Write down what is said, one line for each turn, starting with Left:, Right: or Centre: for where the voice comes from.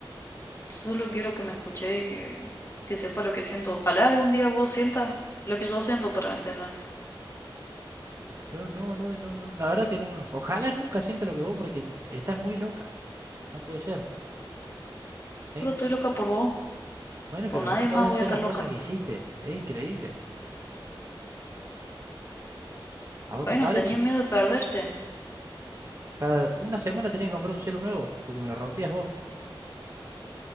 Left: Yo solo quiero que me escuche y que, que sepa lo que siento. Ojalá algún día vos sientas lo que yo siento para entenderme.
Right: Yo no, no, no, no, la verdad que no, no. Ojalá nunca sienta lo que vos porque estás muy loca. No puede ser.
Left: Solo
Right: ¿eh?
Left: estoy loca por vos,
Right: Bueno,
Left: por
Right: pero
Left: nadie
Right: no puedes
Left: más voy
Right: hacer
Left: a estar
Right: las
Left: loca.
Right: cosas que hiciste. Es increíble. ¿A vos
Left: Bueno,
Right: te parece?
Left: tenías miedo de perderte,
Right: Cada una semana tenés que comprar un celu nuevo, porque me lo rompías vos.